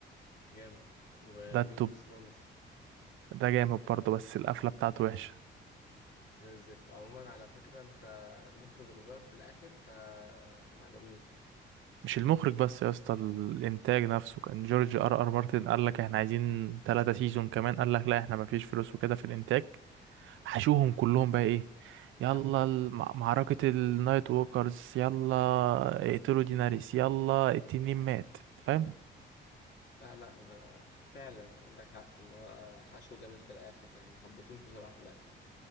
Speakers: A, on the left; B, on the right.
A: جامد وجيمس
B: ده التوب
A: اوف ثرونز
B: ده جامد برضه بس القفلة بتاعته وحشة
A: زي الزفت عموما على فكرة انت المخرج اتغير في الاخر فما عجبنيش
B: مش المخرج بس يا اسطى الانتاج نفسه كان جورج
A: اه
B: ار ار مارتن قال لك احنا عايزين ثلاثة سيزون كمان قال لك لا احنا مفيش فلوس وكده في الانتاج حشوهم كلهم بقى ايه يلا
A: هبل
B: الم- معركة النايت ووكرز يلا اقتلوا ديناريس يلا التنين مات فاهم
A: لا لا ده فعلا عندك حق اللي هو حشو جامد في الاخر يعني ما حبيتوش بصراحة في الاخر